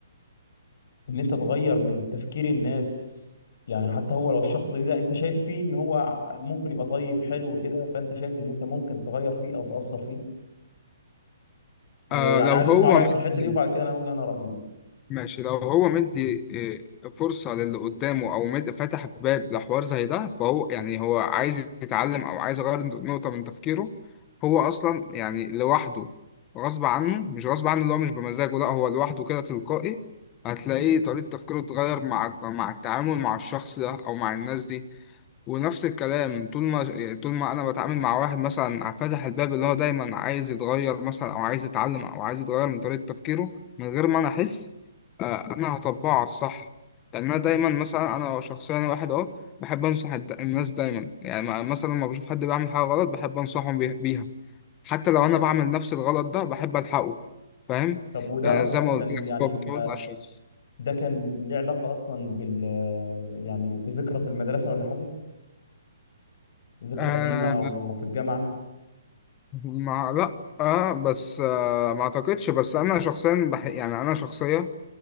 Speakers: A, on the left; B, on the left.
A: ان انت تغير من تفكير الناس يعني حتى هو لو الشخص ده انت شايف فيه ان هو ممكن يبقى طيب حلو كده فانت شايف ان انت ممكن تغير فيه او تأثر فيه ويعني
B: آه لو
A: عايز
B: هو
A: اسمع رأيك
B: مادي
A: في الحتة دي وبعد كده انا هقول انا رأيي
B: ماشي لو هو مدي إيه، فرصة للي قدامه أو مد فتح باب لحوار زي ده فهو يعني هو عايز يتعلم أو عايز يغير نقطة من تفكيره هو أصلا يعني لوحده غصب عنه مش غصب عنه اللي هو مش بمزاجه لا هو لوحده كده تلقائي هتلاقيه طريقة تفكيره اتغير مع مع التعامل مع الشخص ده أو مع الناس دي ونفس الكلام طول ما يعني طول ما انا بتعامل مع واحد مثلا فاتح الباب اللي هو دايما عايز يتغير مثلا او عايز يتعلم او عايز يتغير من طريقة تفكيره من غير ما انا احس آه، انا هطبقه على الصح لان انا دايما مثلا انا شخصيا واحد اه بحب انصح الد- الناس دايما يعني ما- مثلا لما بشوف حد بيعمل حاجة غلط بحب انصحهم بيه- بيها حتى لو انا بعمل نفس الغلط ده بحب الحقه فاهم
A: طب وده
B: يعني
A: اصلا
B: زي ما
A: كان
B: قلت لك
A: يعني
B: هو بتعود
A: بيبقى
B: على الشخص
A: ده كان ليه علاقة اصلا بال يعني بذكرى في المدرسة ولا حاجة ذكرى
B: آه،
A: قديمة او او في الجامعة
B: ما لا اه بس آه ما اعتقدش بس انا شخصيا بح... يعني انا شخصيا